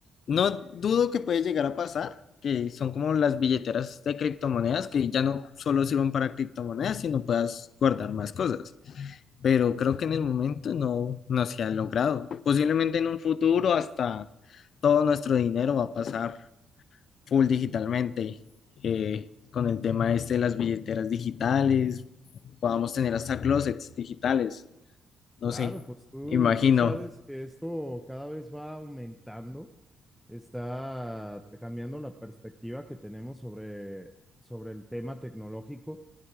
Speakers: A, on the left; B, in the centre.
A: No dudo que puede llegar a pasar, que son como las billeteras de criptomonedas, que ya no solo sirven para criptomonedas, sino puedas guardar más cosas, pero creo que en el momento no, no se ha logrado. Posiblemente en un futuro hasta todo nuestro dinero va a pasar full digitalmente, eh, con el tema este de las billeteras digitales, podamos tener hasta closets digitales, no
B: Claro,
A: sé,
B: pues tú,
A: imagino.
B: tú sabes que esto cada vez va aumentando, está cambiando la perspectiva que tenemos sobre, sobre el tema tecnológico